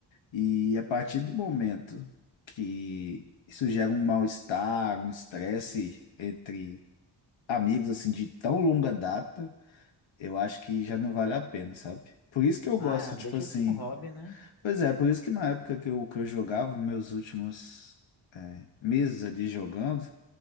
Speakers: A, on the left; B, on the left.
A: E a partir do momento que isso gera um mal-estar, um estresse entre amigos, assim, de tão longa data, eu acho que já não vale a pena, sabe? Por isso que eu
B: Ah,
A: gosto, tipo
B: deixa
A: assim.
B: de ser um hobby, né?
A: Pois é, por isso que na época que eu, que eu jogava, meus últimos, é, meses ali jogando,